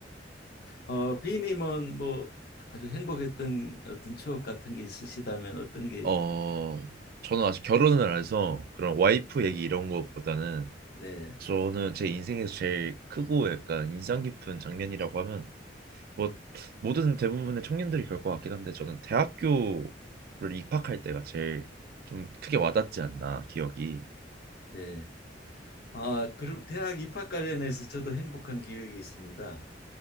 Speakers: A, on the left (about 55°); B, on the right (about 55°).
A: 어, 비님은 뭐 아주 행복했던 어떤 추억 같은 게 있으시다면 어떤 게
B: 어, 저는 아직 결혼을 안 해서 그런 와이프 얘기 이런 것보다는
A: 네,
B: 저는 제 인생에서 제일 크고 약간 인상 깊은 장면이라고 하면 뭐 모든 대부분의 청년들이 그럴 것 같긴 한데 저는 대학교를 입학할 때가 제일 좀 크게 와닿지 않나 기억이
A: 네. 아, 그리고 대학 입학 관련해서 저도 행복한 기억이 있습니다.